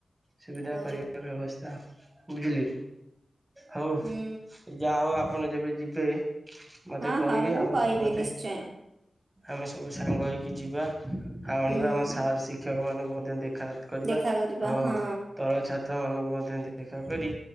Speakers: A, on the right; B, on the right.
A: ସୁବିଧା
B: ଅ
A: କରିବା ବ୍ୟବସ୍ଥା ବୁଝିଲି ହଉ
B: ହୁଁ
A: ଯାହା ହବ ଆପଣ ଯେବେ ଯିବେ ମତେ
B: ହଁ
A: କହିବେ
B: ହଁ ମୁଁ
A: ଆମେ
B: କହିବି
A: ସମସ୍ତେ
B: ନିଶ୍ଚୟ
A: ଆମେ ସବୁ ସାଙ୍ଗ ହେଇକି ଯିବା ଆଉ ଆଣିବା
B: ହୁଁ।
A: ଆମ ସାର ଶିକ୍ଷକ ମାନଙ୍କୁ ମଧ୍ୟ ଦେଖ୍ ଖାତ୍ କରିବା
B: ଦେଖା
A: ଅ
B: ହଁ
A: ତଳ ଛାତ। ତ ମାନଙ୍କୁ ମଧ୍ୟ ଦେଖା କରି